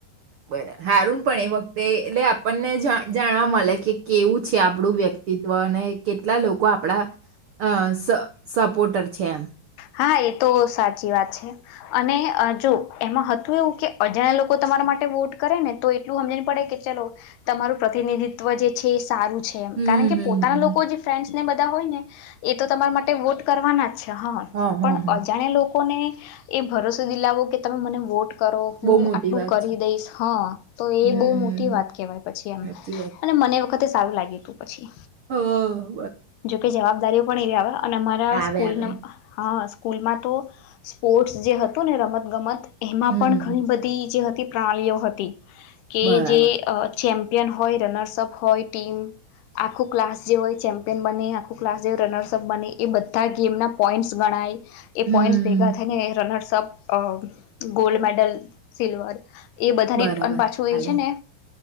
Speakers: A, on the right (about 85°); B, on the left (about 85°).
A: બરા હારુન પણ એ વખતે એટલે આપણને જા જાણવા મળે કે કેવું છે આપણું વ્યક્તિત્વ અને કેટલા લોકો આપણા અ સ સપોર્ટર છે એમ
B: હા એ તો સા ચી વાત છે અને જો એમાં હતું એવું કે અજાણ્યા લોકો તમારા માટે વોટ કરે ને તો એટલું હમજણ પડે કે ચલો તમારું પ્રતિનિધિત્વ જે છે એ સારું છે
A: હમ
B: કારણ કે
A: હમ
B: પોતાના
A: હમ
B: લોકો જે ફ્રે ને બધા હોય ને. એ તો તમારા માટે વોટ કરવાના જ. અ હા
A: હ હ
B: પણ
A: હ
B: અજાણે લોકો ને એ ભરોસો દિલાવો કે તમે મને વોટ કરો હું
A: બહુ મોટી
B: આટલું
A: વાત
B: કરી
A: છે
B: દઈશ હા તો
A: હમ
B: એ બહુ મોટી વાત કેહેવાય પછી એમ
A: સાચી
B: અને મને વખતે સારું લાગ્યું હતું પછી.
A: હા.
B: જોકે જવાબદારીયો કો ગવા. <unintelligible> અને અમારા
A: આવે
B: સ્કૂલના
A: આવે
B: હા સ્કૂલમાં તો સ્પોર્ટ્સ જે હતું ને રમત ગમત એમાં
A: હમ
B: પણ ઘણી બધી જે હતી પ્રણાલીઓ હતી કે
A: બરાબર
B: જે ચેમ ચમ્પિયન હોય રનર્સપ હોય ટીમ આખું ક્લાસ જે હોય ચેમ કેપ્ટન બને આખું ક્લાસ જેવ રનર્સઅપ બને એ બધા ગેમના પોઈન્ટ્સ ગણાય એ
A: હમ
B: પોઈન્ટ ભેગા થાય ને રનર્સ અપ અ ગોલ્ડ મેડલ સિલ્વર એ બધાની
A: બરાબર
B: પણ પાછું
A: હાલે
B: એ છે ને